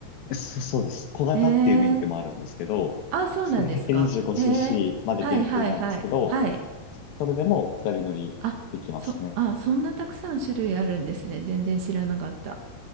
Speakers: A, on the left; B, on the right.
A: そ、そうです。小型っていう免許もあるんですけど、
B: ええあ、そうなんですか。
A: それ 125cc
B: ええはいはいはい。
A: まで限定なんですけど、
B: はい。
A: それでも二人乗りできますね。
B: あ、そ、あ、そんなたくさん種類あるんですね。全然知らなかった。